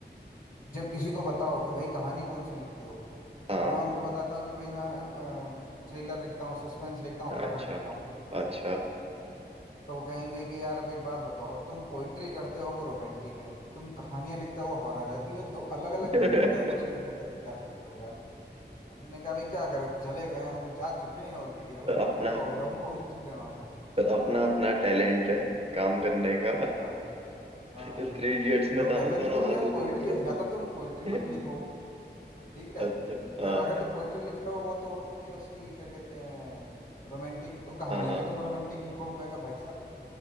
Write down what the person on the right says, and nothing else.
हाँ
अच्छा
अच्छा
नहीं
अपना
अपना अपना टैलेंट है काम करने का
थ्री इडियट्स में
था
ना
दोनों
हाथों
से निकला
तो
अच्छा हाँ
हाँ